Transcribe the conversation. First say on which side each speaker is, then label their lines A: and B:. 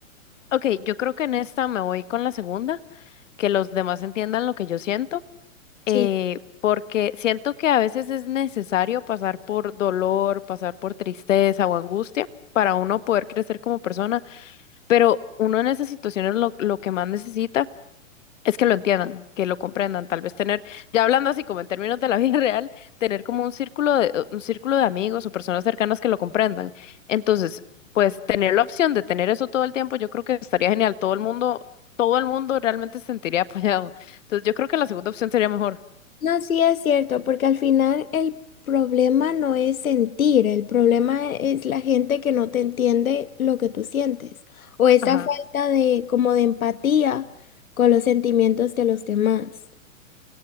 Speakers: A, on the left; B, on the left.
A: Ok, yo creo que en esta me voy con la segunda, que los demás entiendan lo que yo siento,
B: Sí.
A: eh, porque siento que a veces es necesario pasar por dolor, pasar por tristeza o angustia para uno poder crecer como persona, pero uno en esas situaciones lo, lo que más necesita. Es que lo entiendan, que lo comprendan, tal vez tener, ya hablando así como en términos de la vida <laughs> real, tener como un círculo de, un círculo de amigos o personas cercanas que lo comprendan. Entonces, pues tener la opción de tener eso todo el tiempo, yo creo que estaría genial. Todo el mundo, todo el mundo realmente se sentiría apoyado. Entonces, yo creo que la segunda opción sería mejor.
B: No, sí es cierto, porque al final el problema no es sentir, el problema es la gente que no te entiende lo que tú sientes o esa
A: Ajá.
B: falta de como de empatía con los sentimientos de los demás.